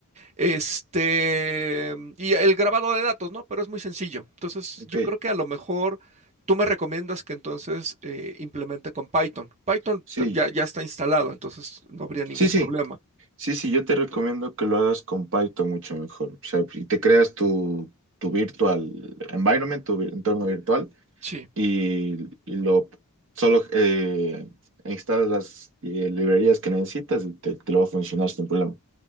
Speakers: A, on the right; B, on the right.
A: Este, y el grabado de datos, ¿no? Pero es muy sencillo. Entonces,
B: Ok,
A: yo creo que a lo mejor tú me recomiendas que entonces eh, implemente con Python. Python
B: sí,
A: ta- ya, ya está instalado, entonces no habría ningún
B: sí, sí,
A: problema.
B: sí, sí, yo te recomiendo que lo hagas con Python mucho mejor. O sea, y te creas tu, tu virtual environment, tu vi- entorno virtual
A: Sí.
B: y, y lo solo eh, instalas las eh, librerías que necesitas y te, te lo va a funcionar sin problema.